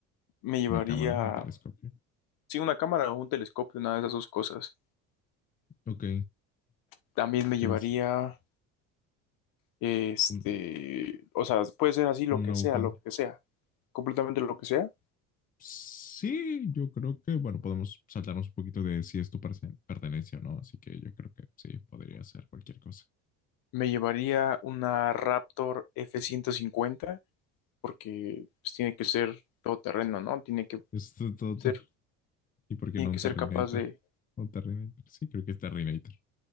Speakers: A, on the left (about 65°); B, on the left (about 25°).
A: me llevaría,
B: Una cámara y telescopio.
A: sí, una cámara o un telescopio, una de esas dos cosas.
B: Ok,
A: También me
B: ¿qué
A: llevaría,
B: más?
A: este,
B: Un-
A: o sea, puede ser así lo
B: Una
A: que sea,
B: bufanda.
A: lo que sea, completamente lo que sea.
B: Sí, yo creo que, bueno, podemos saltarnos un poquito de si esto pertene- pertenencia o no, así que yo creo que sí, podría ser cualquier cosa.
A: Me llevaría una Raptor F-150 porque pues, tiene que ser todoterreno, ¿no? Tiene que
B: Esto todo.
A: ser,
B: ter- ¿Y por qué
A: tiene
B: no un
A: que ser
B: Terrinator?
A: capaz de,
B: Un Terrinator. Sí, creo que es Terrinator.